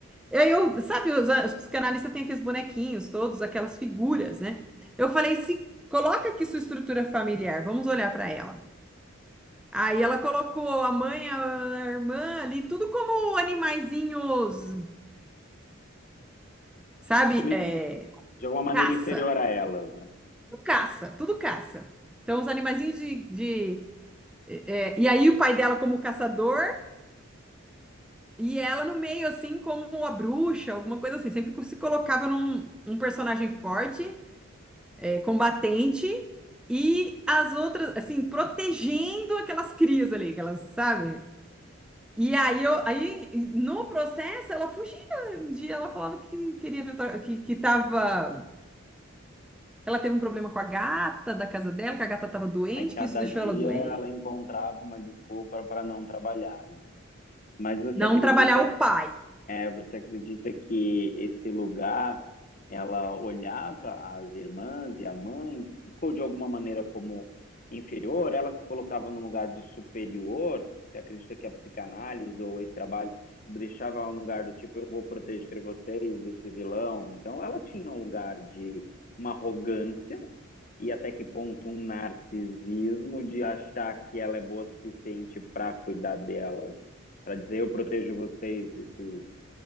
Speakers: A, in the centre; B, on the left.
A: E aí eu, sabe, os, os psicanalistas têm aqueles bonequinhos todos, aquelas figuras, né? Eu falei, se coloca aqui sua estrutura familiar, vamos olhar para ela. Aí ela colocou a mãe, a, irmã ali, tudo como animaizinhos, sabe?
B: Como
A: É,
B: in- de alguma maneira
A: caça,
B: inferior a elas, né?
A: tudo caça, tudo caça. Então os animaizinhos de, de- é, é, e aí o pai dela como caçador e ela no meio assim como a bruxa, alguma coisa assim. Sempre se colocava num um personagem forte é, combatente e as outras, assim, protegendo aquelas crias ali, aquelas, sabe? E aí, eu, aí no processo, ela fugia. Um dia ela falava que queria ver, que, que tava, ela teve um problema com a gata da casa dela, que a gata estava doente,
B: Aí cada
A: que isso deixou
B: dia
A: ela doente.
B: ela encontrava uma desculpa para não trabalhar, né? Mas você
A: Não
B: acredita,
A: trabalhar o pai.
B: é, você acredita que esse lugar ela olhava as irmãs e a mãe, ficou de alguma maneira como inferior, ela se colocava num lugar de superior? Você acredita que a psicanálise ou esse trabalho deixava ela num lugar do tipo, eu vou proteger vocês desse vilão? Então ela tinha um lugar de uma arrogância e até que ponto um narcisismo de achar que ela é boa o suficiente para cuidar delas, para dizer eu protejo vocês desse,